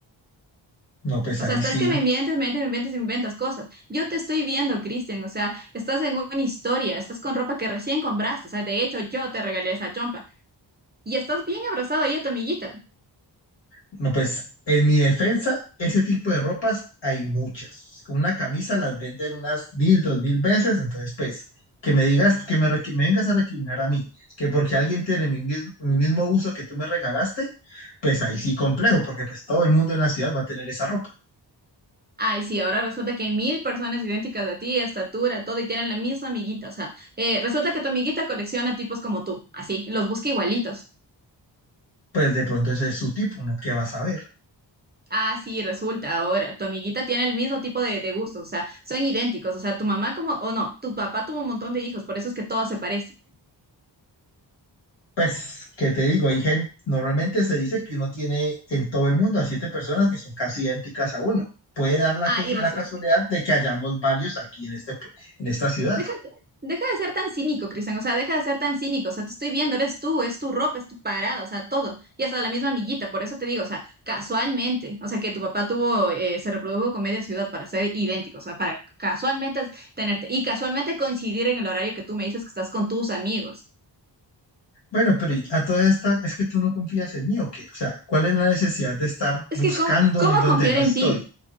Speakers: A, on the left (about 70°); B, on the right (about 20°).
A: No, pues
B: O
A: ahí
B: sea, estás
A: sí.
B: que me mientes, me mientes, me mientes y me inventas cosas. Yo te estoy viendo, Cristian. O sea, estás en una historia, estás con ropa que recién compraste. O sea, de hecho, yo te regalé esa chompa. Y estás bien abrazado ahí a tu amiguita.
A: No, pues en mi defensa, ese tipo de ropas hay muchas. Una camisa las venden unas mil, dos mil veces, entonces pues que me digas, que me, requi- me vengas a recriminar a mí, que porque alguien tiene mi mismo, mi mismo uso que tú me regalaste, pues ahí sí complejo, porque pues todo el mundo en la ciudad va a tener esa ropa.
B: Ay, sí, ahora resulta que hay mil personas idénticas a ti, estatura, todo, y tienen la misma amiguita. O sea, eh, resulta que tu amiguita colecciona tipos como tú, así, los busca igualitos.
A: Pues de pronto ese es su tipo, uno qué va a saber.
B: Ah, sí, resulta ahora, tu amiguita tiene el mismo tipo de, de gustos, o sea, son idénticos. O sea, tu mamá como, o no, tu papá tuvo un montón de hijos, por eso es que todos se parecen.
A: Pues, ¿qué te digo? Hay gente, normalmente se dice que uno tiene en todo el mundo a siete personas que son casi idénticas a uno. Puede dar la,
B: Ah,
A: cos-
B: y resulta.
A: la casualidad de que hayamos varios aquí en, este, pue- en esta ciudad.
B: Deja, deja de ser tan cínico, Cristian, o sea, deja de ser tan cínico, o sea, te estoy viendo, eres tú, es tu ropa, es tu parada, o sea, todo, y hasta la misma amiguita, por eso te digo, o sea, casualmente, o sea, que tu papá tuvo, eh, se reprodujo con media ciudad para ser idéntico, o sea, para casualmente tenerte, y casualmente coincidir en el horario que tú me dices que estás con tus amigos.
A: Bueno, pero y a todas estas, ¿es que tú no confías en mí o qué? O sea, ¿cuál es la necesidad de estar
B: Es
A: buscándome
B: que, ¿cómo, cómo
A: en donde
B: confiar
A: no
B: en
A: estoy?
B: ti?